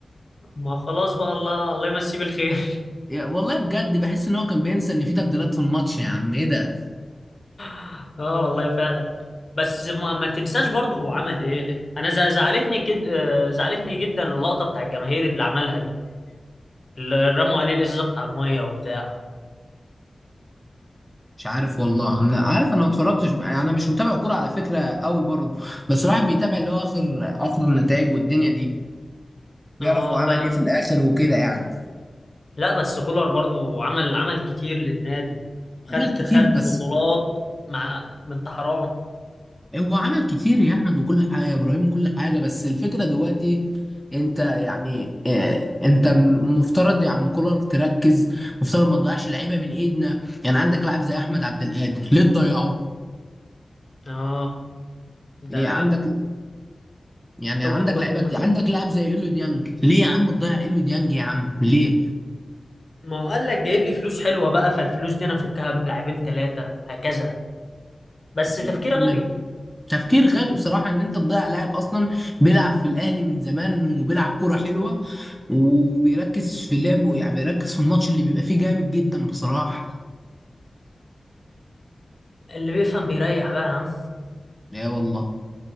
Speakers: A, on the left (about 45°); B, in the centre.
A: ما خلاص بقى الله الله يمسيه بالخير
B: يا- والله بجد بحس ان هو كان بينسى ان في تبديلات في الماتش يا عم ايه ده
A: <laughs> اه والله فعلا بس ما, ما تنساش برضه هو عمل ايه انا ز- زعلتني كده آه، زعلتني جدا اللقطه بتاع الجماهير اللي عملها دي اللي رموا عليه الازازه بتاع الميه وبتاع
B: مش عارف والله انا عارف انا ما اتفرجتش يعني انا مش متابع كوره على فكره قوي برضه بس الواحد بيتابع اللي هو اخر اخر النتائج والدنيا دي بيعرف
A: اه
B: هو عمل
A: فاهم
B: ايه في الاخر وكده يعني
A: لا بس كولر برضو عمل عمل كتير للنادي خد
B: عمل كتير
A: خد
B: بس
A: بطولات مع بنت حرام
B: هو عمل كتير يا احمد وكل حاجه يا ابراهيم وكل حاجه بس الفكره دلوقتي انت يعني آه، انت مفترض يا عم كولر تركز مفترض ما تضيعش لعيبه من ايدنا يعني عندك لاعب زي احمد عبد القادر ليه تضيعه؟
A: اه ده
B: إيه، عندك يعني
A: توب
B: عندك
A: التوب
B: لعيبه
A: ده
B: كتير عندك لاعب زي ايلو ديانج ليه يا عم تضيع ايلو ديانج يا عم ليه
A: ما هو قال لك جايب لي فلوس حلوه بقى فالفلوس دي انا افكها بلاعبين ثلاثه هكذا بس
B: ليه
A: تفكير
B: يا
A: غبي
B: عم تفكير غبي بصراحه ان انت تضيع لاعب اصلا بيلعب في الاهلي من زمان وبيلعب كوره حلوه وبيركز في لعبه يعني بيركز في الماتش اللي بيبقى فيه جامد جدا بصراحه
A: اللي بيفهم بيريح بقى يا عم
B: لا والله